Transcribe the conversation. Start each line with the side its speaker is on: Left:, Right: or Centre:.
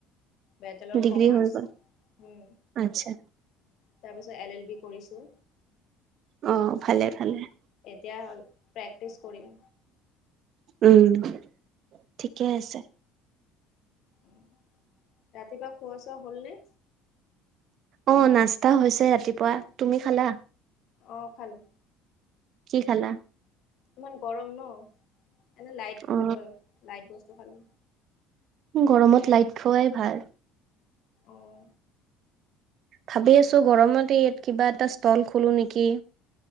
Left: বেতেল অফ
Right: ডিগ্ৰী
Left: কমাৰ্চ
Right: হৈ গ'ল আচ্ছা
Left: তাৰপিছত এল- এল বি কৰিছো।
Right: অহ, ভালে -ভালে।
Left: এতিয়া হ'ল প্ৰেক্টিচ কৰিম।
Right: উম, ঠিকে আছে।
Left: উম, ৰাতিপুৱা খোৱা চোৱা হল নে?
Right: অহ, নাস্তা হৈছে ৰাতিপুৱা তুমি খালা?
Left: অহ, খালো।
Right: কি খালা?
Left: ইমান গৰম ন' এনে লাইত
Right: অ
Left: খালো আৰু লাইত বস্তু খালো।
Right: গৰমত লাইত খোৱাই ভাল।
Left: অহ
Right: ভাবি আছো গৰমতে ইয়াত কিবা এটা ষ্টল খোলো নেকি